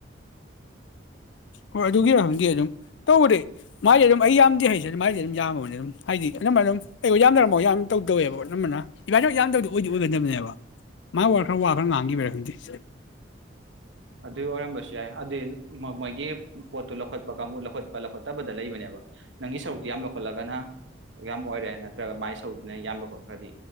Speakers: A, on the left (about 75°); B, on the right (about 80°).
A: ꯍꯣꯏ ꯑꯗꯨꯒꯤꯔ ꯈꯪꯗꯦ ꯑꯗꯨꯝ ꯇꯧꯕꯅꯤ ꯃꯥꯢꯗꯤ ꯑꯗꯨꯝ ꯑꯩ ꯌꯥꯝꯗꯦ ꯍꯩꯁꯦ ꯑꯗꯨꯝ ꯃꯥꯏꯗꯤ ꯑꯗꯨꯝ ꯌꯥꯝꯃꯕꯅꯤ ꯑꯗꯨꯝ ꯍꯥꯏꯗꯤ ꯑꯅꯝꯕꯅ ꯑꯗꯨꯝ ꯑꯩ ꯌꯥꯝꯅꯔꯝꯃ ꯌꯥꯝ ꯇꯧ ꯇꯧꯋꯦꯕ ꯑꯅꯝꯕꯅ ꯏꯕꯥꯅꯤ ꯌꯥꯝꯗꯕꯗꯤ ꯑꯣꯏꯗꯤ ꯑꯣꯏꯒꯗꯕꯅꯦꯕ ꯃꯥꯥꯏ ꯋꯥ
B: ꯎꯝ
A: ꯈꯔ ꯋꯥ ꯈꯔ ꯉꯥꯡꯈꯤꯕꯩꯔ ꯈꯪꯗꯦ ꯁ <unintelligible>
B: ꯑꯗꯨꯏ ꯑꯣꯏꯔꯝꯕꯁꯨ ꯌꯥꯏ ꯑꯗꯨꯗꯤ ꯃꯣꯏꯒꯤ ꯄꯣꯠꯇꯨ ꯂꯧꯈꯠꯄ ꯀꯥꯡꯕꯨ ꯂꯧꯈꯠ ꯂꯧꯈꯠꯇꯕꯗ ꯂꯩꯕꯅꯦꯕ ꯅꯪꯒꯤ ꯁꯔꯨꯛꯇꯤ ꯌꯥꯝ ꯂꯧꯈꯠꯂꯒꯅ ꯌꯥꯝ ꯑꯣꯏꯔꯦ ꯅꯠꯇ꯭ꯔꯒ ꯃꯥꯏ ꯁꯔꯨꯛꯇꯨꯅ ꯌꯥꯝ ꯂꯧꯈꯠꯈ꯭ꯔꯗꯤ